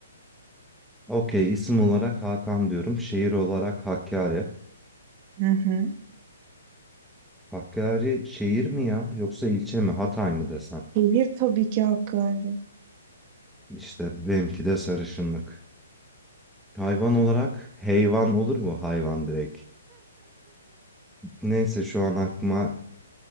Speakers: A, in the centre; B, on the right.
A: Okey isim olarak Hakan diyorum. Şehir olarak Hakkari.
B: Hı hı.
A: Hakkari şehir mi ya yoksa ilçe mi Hatay mı desem?
B: Şehir tabii ki Hakkari.
A: İşte benimki de sarışınlık. Hayvan olarak heyvan olur mu hayvan direkt? Neyse şu an aklıma